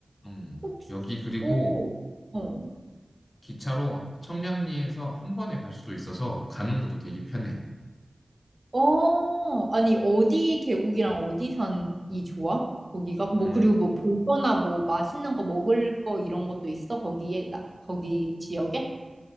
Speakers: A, on the left (about 40°); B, on the right (about 35°).
A: 음,
B: 혹시-
A: 여기 그리고
B: 오. 어.
A: 기차로 청량리에서 한 번에 갈 수도 있어서 가는 것도 되게 편해.
B: 어. 아니, 어디 계곡이랑 어디 산이 좋아? 거기가? 뭐,
A: 음,
B: 그리고 뭐 볼 거나 뭐 맛있는 거 먹을 거 이런 것도 있어? 거기에, 나, 거기 지역에?